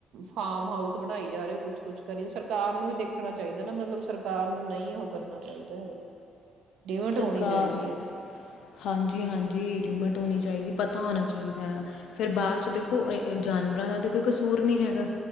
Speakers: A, on the right; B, on the left.
A: ਫਾਰਮ ਹਾਊਸ ਬਣਾਈ ਜਾ ਰਹੇ ਹੋ, ਕੁਛ ਕੁਛ ਕਰੀ ਸਰ ਕਾਰ ਨੂੰ ਵੀ ਦੇਖਣਾ ਚਾਹੀਦਾ ਨਾ, ਮਤਲਬ ਸਰਕਾਰ ਨੂੰ ਨਹੀਂ ਉਹ ਕਰਨਾ ਚਾਹੀਦਾ ਹੈਗਾ। ਡਿਮਟ
B: ਸਰਕਾਰ
A: ਹੋਣੀ ਚਾਹੀਦੀ ਹੈ
B: ਹਾਂਜੀ-ਹਾਂਜੀ ਲਿਮਟ ਹੋਣੀ ਚਾਹੀਦੀ ਪਤਾ ਹੋਣਾ ਚਾਹੀਦਾ ਆ, ਫੇਰ ਬਾਅਦ ਚ ਦੇਖੋ ਜਾਨਵਰਾਂ ਦਾ ਤੇ ਕੋਈ ਕਸੂਰ ਨਹੀਂ ਹੈਗਾ।